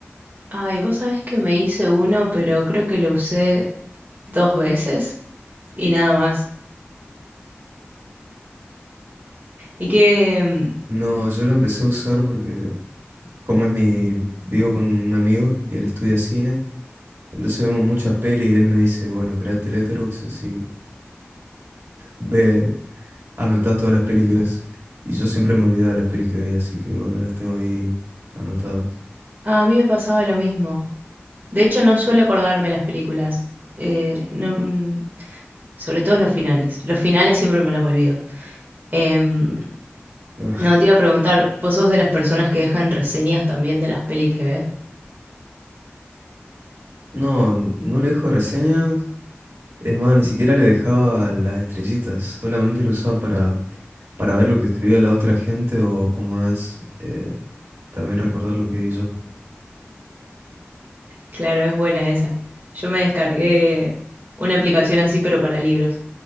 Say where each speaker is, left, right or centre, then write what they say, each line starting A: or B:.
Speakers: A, on the right; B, on the right.
A: Ay, vos sabés que me hice uno, pero creo que lo usé dos veces y nada más. Y que mm,
B: No, yo lo empecé a usar porque como es mi... vivo con un amigo y él estudia cine, entonces vemos muchas peli y él me dice, bueno, créate Letterboxd, así ve, anotás todas las pelis que ves. Y yo siempre me olvidaba de las pelis que veía, así que bueno, las tengo ahí anotadas.
A: a mí me pasaba lo mismo. De hecho, no suelo acordarme las películas. Eh, no, mm, sobre todo los finales. Los finales siempre me los olvido. Em,
B: Ah,
A: no te iba a preguntar, ¿vos sos de las personas que dejan reseñas también de las pelis que ves?
B: No, n- no le dejo reseñas. Es más, ni siquiera le dejaba las estrellitas, solamente lo usaba para, para ver lo que escribía la otra gente o como es, eh, también recordar lo que vi yo.
A: Claro, es buena esa. Yo me descargué una aplicación así, pero para libros.